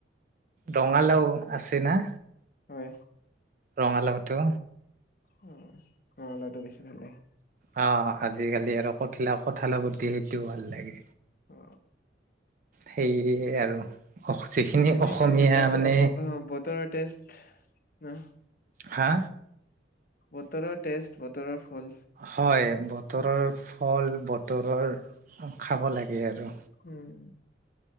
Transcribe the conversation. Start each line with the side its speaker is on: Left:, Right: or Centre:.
Right: ৰঙালাও আছে ন।
Left: হয়।
Right: ৰঙালটো।
Left: উম। অ ৰঙালাওটো বেছি ভাল লাগে
Right: অ আজিকালি আৰু কঠলা কঠালা গুতি সেইটোও ভাল লাগে।
Left: অ।
Right: সেয়ে আৰু। যিখিনি
Left: সেনেকাইে
Right: অসমীয়া
Left: বতৰ
Right: মানে
Left: বতৰৰ টেষ্ট হা
Right: হা?
Left: বতৰৰ টেষ্ট বতৰৰ ফল।
Right: হয় বতৰৰ ফল বত তৰৰ। খাব লাগে আৰু।
Left: উম